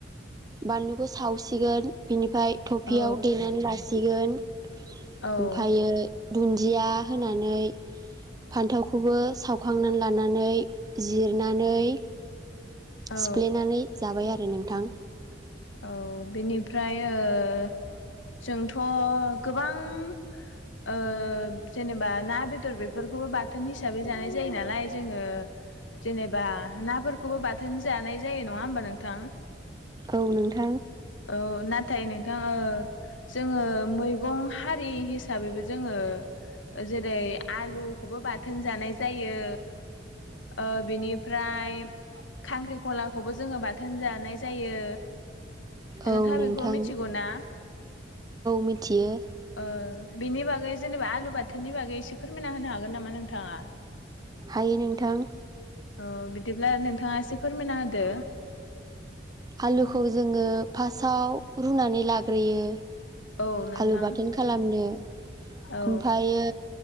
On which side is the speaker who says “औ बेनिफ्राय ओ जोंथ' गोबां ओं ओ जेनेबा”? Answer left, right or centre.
Left